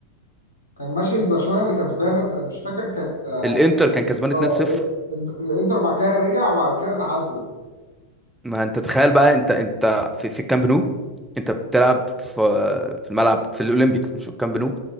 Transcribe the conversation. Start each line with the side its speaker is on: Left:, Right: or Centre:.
Left: كان ماشي برشلونة اللي كسبانة مش فاكر كانت
Centre: الانتر كان كسبان
Left: اه
Centre: 2-0
Left: الإنت- الانتر بعد كده رجع وبعد كده تعادلوا
Centre: ما انت تخيل بقى انت انت في, في الكامب نو انت بتلعب في في الملعب في الاولمبيكس مش في الكامب نو